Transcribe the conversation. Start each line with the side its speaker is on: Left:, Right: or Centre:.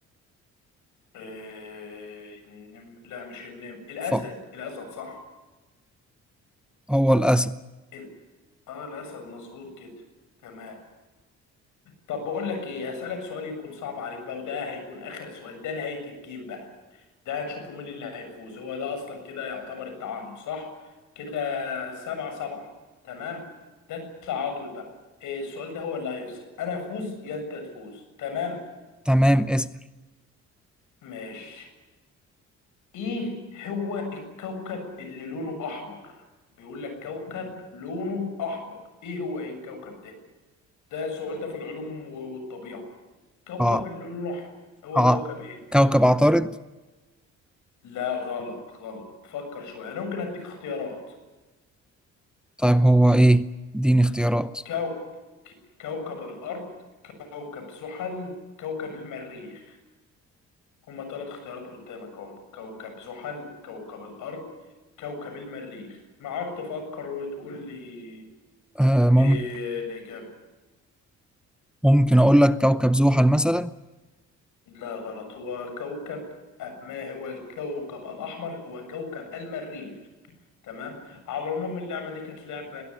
Left: إيه... النم- لا مش النمر الأسد
Centre: ف
Left: الأسد صح
Centre: هو الأسد
Left: ال... آه الأسد مظبوط كده تمام طب بقول لك إيه هسألك سؤال يكون صعب عليك بقى وده هيكون آخر سؤال ده نهاية الجيم بقى ده هنشوفه مين اللي هيفوز هو ده اصلا كده يعتبر التعادل صح كده سبعة سبعة تمام ده التعادل بقى إيه السؤال ده هو اللي هيفصل انا افوز يا انت تفوز تمام
Centre: تمام اسأل
Left: ماشي ايه هو الكوكب اللي لونه احمر بيقول لك كوكب لونه احمر ايه هو ايه الكوكب ده ده السؤال ده في العلوم و- والطبيعة كوكب
Centre: ع
Left: اللي لونه احمر هو
Centre: ع
Left: كوكب ايه
Centre: كوكب عطارد
Left: لا غلط غلط فكر شوية انا ممكن اديك اختيارات
Centre: طيب هو ايه اديني اختيارات
Left: كو... ك- كوكب الأرض كوكب زحل كوكب المريخ هما ثلاث اختيارات قدامك اهم كوكب زحل كوكب الأرض كوكب المريخ معاك تفكر وتقول لي
Centre: آه ممكن
Left: إيه الإجابة
Centre: ممكن اقول لك كوكب زحل مثلا
Left: لا غلط هو كوكب ما هو الكوكب الأحمر هو كوكب المريخ تمام على العموم اللعبة دي كانت لعبة